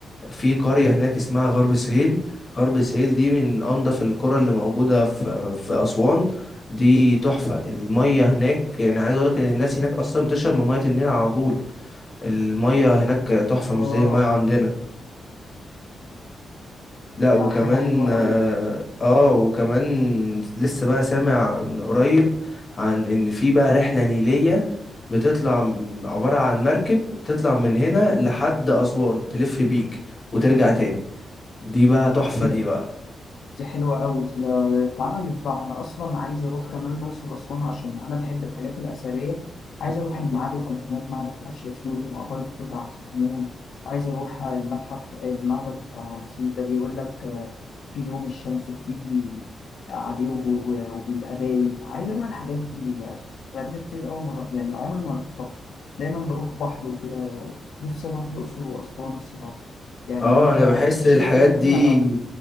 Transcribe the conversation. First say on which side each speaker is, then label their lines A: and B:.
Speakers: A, on the left; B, on the left.
A: في قرية هناك اسمها غرب سهيل غرب سهيل دي من أنضف القرى اللي موجودة في في أسوان دي تحفة المية هناك يعني عايز أقولك إن الناس هناك أصلا بتشرب من مية النيل على طول المية هناك تحفة
B: آه
A: مش زي المية عندنا لا وكمان
B: ده حاجة حلوة
A: اه
B: أوي
A: آه، وكمان لسه بقى سامع من قريب عن ان في بقى رحلة نيلية بتطلع م- عبارة عن مركب تطلع من هنا لحد أسوان تلف بيك وترجع تاني دي بقى تحفة
B: إيه
A: دي
B: ده
A: بقى
B: دي حلوة قوي تعالى نطلع أنا أصلا عايز أروح كمان الأقصر وأسوان عشان أنا بحب الحاجات الأثرية عايز أروح المعابد اللي هناك معبد حتشبسوت ومقبرة توت عنخ آمون وعايز أروح المتحف المعبد بتاع رمسيس ده بيقول لك آه، في يوم الشمس بتيجي عليه وب- و- وبيبقى باين عايز أروح الحاجات دي يا أخي بقالنا كتير أوي مرة يعني عمري ما رحتها دايما بروح بحر وكده نفسي أروح الأقصر وأسوان الصراحة يعني
A: اه
B: أنت
A: انا
B: أنت
A: بحس
B: شايف
A: الحاجات
B: إن
A: دي
B: إحنا لو